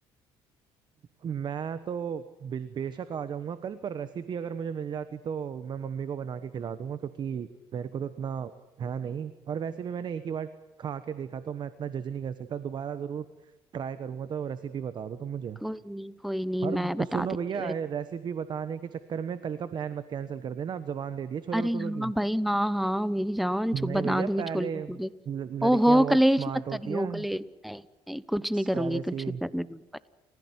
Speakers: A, on the right (about 45°); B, in the centre.
A: मैं तो बिल- बेशक आ जाऊंगा कल पर रेसिपी अगर मुझे मिल जाती तो मैं मम्मी को बना के खिला दूंगा क्योंकि मेरे को तो इतना है नहीं और वैसे भी मैंने एक ही बार खा के देखा तो मैं इतना जज नहीं कर सकता दोबारा जरूर ट्राई करूंगा तो रेसिपी बता दो तुम मुझे
B: कोई नहीं कोई नहीं
A: और
B: मैं बता
A: सुनो
B: देती
A: भैया
B: हूँ
A: रेसिपी बताने के चक्कर में कल का प्लान मत कैंसिल कर देना आप जबान दे दिए छोले
B: अरे
A: भटूरों
B: हाँ
A: की
B: भाई हाँ हाँ मेरी जान
A: नहीं
B: छुप बना
A: भैया
B: दूंगी
A: पहले
B: छोले भटूरे
A: ल- लड़कियां
B: ओहो
A: बहुत
B: कलेश
A: स्मार्ट
B: मत
A: होती
B: करियो
A: है
B: कलेश नहीं नहीं कुछ नहीं करूंगी
A: पहले से
B: कुछ नहीं करने दूंगी भाई